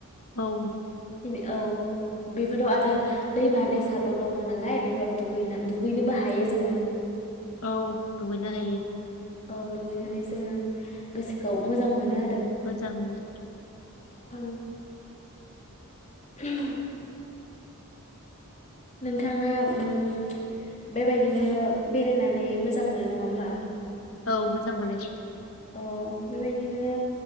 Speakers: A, on the left; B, on the left.
A: ओं
B: बिनि- औ बेफोराव आबोद दैमा दै थाबो दङ नालाय बेफोराव दुगैना दुगैनोबो हायो जोङो।
A: औ दुगैनो हायो।
B: औ औ दुगैनानै जोङो गोसोखौ मोजां मोनो
A: मोजां नुथाय
B: उम उम नोंथाङा उम बेबायदिनो बेरायनानै मोजां मोनो नङा होमबा?
A: औ मोजां मोनो
B: औ बेबायदिनो